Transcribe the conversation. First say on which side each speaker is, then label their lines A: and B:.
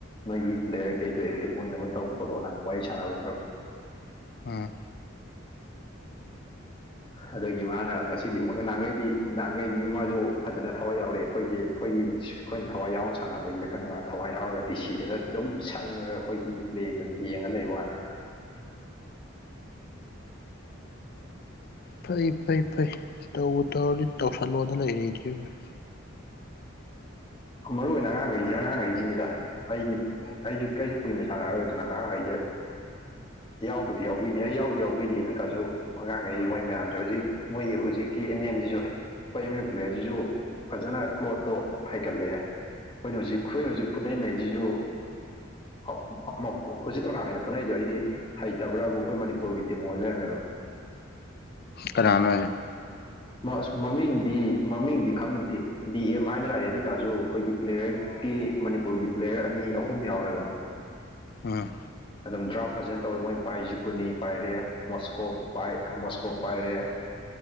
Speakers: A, on the left; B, on the left.
A: ꯅꯣꯏꯒꯤ ꯄ꯭ꯂꯦꯌꯔ ꯀꯩꯗꯣ ꯑꯦꯛꯇꯤꯞ ꯑꯣꯏꯅꯕ ꯇꯧ ꯈꯣꯠꯂꯣꯅ ꯋꯥꯔꯤ ꯁꯥꯟꯅꯕꯅꯦꯕ
B: ꯎꯝ
A: ꯑꯗꯨꯒꯤ ꯃꯥꯅ ꯉꯁꯤꯗꯤ ꯅꯍꯥꯟꯒꯩꯗꯤ ꯅꯍꯥꯟꯒꯩꯗꯤ ꯃꯥꯁꯨ ꯐꯖꯅꯥ ꯊꯋꯥꯏ ꯌꯥꯎꯔꯛꯑꯦ ꯑꯩꯈꯣꯏꯁꯦ ꯑꯩꯈꯣꯏꯒꯤ ꯑꯩꯈꯣꯏꯅ ꯊꯋꯥꯏ ꯌꯥꯎꯔꯅ ꯁꯥꯟꯅꯕꯒꯤꯔ ꯈꯪꯗꯦꯕ ꯃꯥ ꯊꯋꯥꯏ ꯌꯥꯎꯔꯒ ꯗꯤ ꯁꯤꯗꯒ ꯑꯗꯨꯝ ꯁꯪꯉꯒ ꯑꯩꯈꯣꯏꯒꯤ ꯄ꯭ꯂꯦꯒ ꯌꯦꯡꯉ ꯂꯩꯕ ꯋꯥꯅꯦ
B: ꯐꯩ ꯐꯩ ꯐꯩ ꯇꯧꯕꯨ ꯇꯧꯔꯗꯤ ꯇꯧꯁꯜꯂꯣꯗ ꯂꯩꯔꯦ ꯑꯩꯗꯤ ꯕꯥꯏ
A: ꯃꯔꯨ ꯑꯣꯏꯅ ꯑꯉꯥꯡꯈꯩꯁꯤ ꯑꯉꯥꯡꯈꯩꯁꯤꯅꯤꯗ ꯑꯩꯗꯤ ꯑꯩꯖꯨ ꯑꯩꯁꯨ ꯀꯨꯏꯅ ꯁꯥꯟꯅꯔꯔꯣꯏꯗꯅ ꯑꯉꯥꯡꯈꯩꯁꯦ ꯌꯥꯎꯕꯨꯗꯤ ꯌꯥꯎꯕꯤꯅꯤ ꯑꯩ ꯌꯥꯎꯕꯨꯗꯤ ꯌꯥꯎꯕꯤꯅꯤ ꯑꯗꯨ ꯑꯣꯏꯇꯥꯁꯨ ꯑꯉꯥꯡꯈꯩ ꯃꯣꯏ ꯃꯌꯥꯝꯁꯨ ꯍꯧꯖꯤꯛ ꯃꯣꯏꯒꯤ ꯍꯧꯖꯤꯛꯀꯤ ꯑꯦꯝ ꯑꯦꯝꯁꯤꯁꯨ ꯍꯩ ꯑꯩꯈꯣꯏ ꯑꯦꯝ ꯑꯦꯝ ꯄ꯭ꯂꯦꯁꯤꯁꯨ ꯐꯖꯅꯥ ꯀ꯭ꯂꯣꯠꯇꯣ ꯍꯩꯒꯠꯂꯛꯑꯦ ꯑꯩꯈꯣꯏꯅ ꯍꯧꯖꯤꯛ ꯑꯩꯈꯣꯏꯅ ꯍꯧꯖꯤꯛ ꯐꯨꯗꯠ ꯅꯩꯁꯤꯁꯨ <unintelligible> ꯍꯧꯖꯤꯛ ꯇꯣꯔꯅꯥꯃꯦꯟꯗ ꯐꯨꯅꯔꯤꯗꯣ ꯑꯩꯗꯤ ꯍꯩꯇꯕ꯭ꯔꯥꯕꯨ ꯑꯩꯈꯣꯏ ꯃꯅꯤꯄꯨꯔꯒꯤ ꯇꯤꯝ ꯑꯣꯏꯅ ꯂꯩꯔꯝꯃꯦꯕ
B: ꯀꯅꯥꯅꯣ ꯍꯥꯏꯁꯦ
A: ꯃꯁ ꯃꯃꯤꯡꯗꯤ ꯃꯃꯤꯡꯗꯤ ꯈꯪꯗꯦ ꯕꯤ ꯑꯦꯝ ꯍꯥꯏꯅ ꯂꯥꯛꯑꯦ ꯑꯗꯨ ꯑꯣꯏꯇꯥꯁꯨ ꯑꯩꯈꯣꯏꯒꯤ ꯄ꯭ꯂꯦꯌꯔ ꯇꯤ ꯃꯅꯤꯄꯨꯔꯒꯤ ꯄ꯭ꯂꯦꯌꯔ ꯑꯅꯤ ꯑꯍꯨꯝ ꯌꯥꯎꯋꯦꯕ
B: ꯑꯥ
A: ꯑꯗꯨꯝ ꯗ꯭ꯔꯥꯐ ꯐꯖꯅꯥ ꯇꯧꯋꯦ ꯃꯣꯏ ꯄꯥꯏꯁꯤ ꯒꯨꯅꯤ ꯄꯥꯏꯔꯦ ꯃꯣꯁꯀꯣꯞ ꯄꯥꯏ ꯃꯣꯁꯀꯣꯞ ꯄꯥꯏꯔꯦ